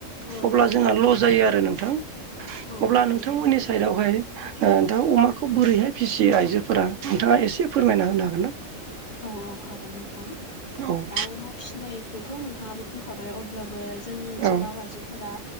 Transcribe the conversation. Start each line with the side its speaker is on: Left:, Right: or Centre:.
Left: औ नंगौ
Right: अब्ला जोंहा ल' जायो आरो नोंथां।
Left: औ
Right: अब्ला नोंथांमोननि
Left: नंगौ
Right: साइडआवहाय दाउ अमाखौ बोरैहाय फिसियो आइजोफोरा नोंथाङा एसे फोरमायना होनो हागोन ना
Left: औ औ हागोन नोंथां
Right: औ
Left: दा अमा फिसिनायखौथ' नोंथाङाबो बुंखाबाय अब्लाबो जोंनि ओनसोलाव
Right: औ
Left: आइजोफोरा